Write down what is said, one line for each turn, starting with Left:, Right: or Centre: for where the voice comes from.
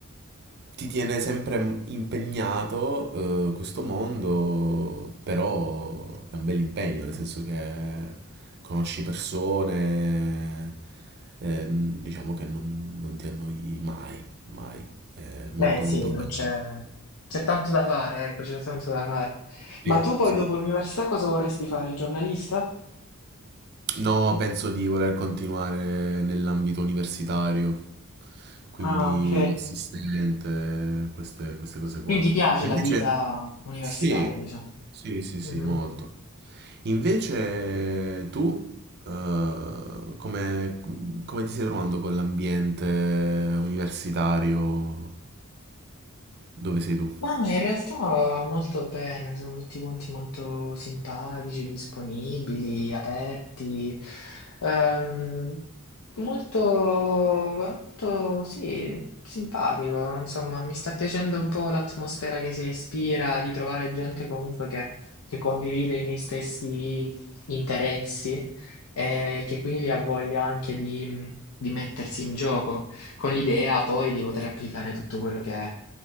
Right: ti tiene sempre impegnato, eh, questo mondo, però è un bel impegno, nel senso che conosci persone, ehm, diciamo che non, non ti annoi mai, mai, è molto
Left: Beh, sì,
Right: molto bello.
Left: non c'è c'è tanto da fare, ecco, c'è tanto da fare.
Right: Sì,
Left: Ma tu poi
Right: sì.
Left: dopo l'università cosa vorresti fare? Il giornalista?
Right: No, penso di voler continuare nell'ambito universitario, quindi
Left: Ah, ok.
Right: assistente, queste, queste cose qua.
Left: Quindi ti piace
Right: E
Left: la
Right: invece,
Left: vita universitaria,
Right: sì,
Left: diciamo.
Right: sì, sì,
Left: Mhm.
Right: sì, molto. Invece tu, eh, come, come ti stai trovando con l'ambiente universitario? Dove sei tu?
Left: Ma in realtà molto bene, sono tutti quanti molto simpatici, disponibili, aperti, ehm, molto, molto, sì, simpatico, insomma, mi sta piacendo un po' l'atmosfera che si respira, di trovare gente comunque che, che condivide i miei stessi interessi e che quindi ha voglia anche di di mettersi in gioco, con l'idea poi di poter applicare tutto quello che è